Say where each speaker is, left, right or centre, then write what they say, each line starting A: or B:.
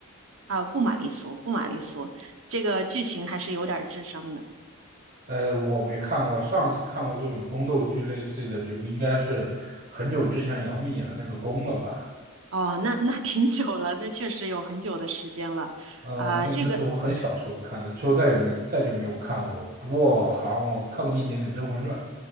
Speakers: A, on the right (about 70°); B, on the right (about 45°).
A: 啊，不玛丽苏，不玛丽苏，这个剧情还是有点儿智商的。
B: 呃，我没看过，上次看过这种宫斗剧类似的就不应该是很久之前杨幂演的那个《宫》了吧？
A: 哦，那那挺久了，那确实有很久的时间了。
B: 嗯，
A: 啊、
B: 对，
A: 这个
B: 那是我很小时候看的，之后再也没再就没有看过。不过好像我看过一点点《甄嬛传》。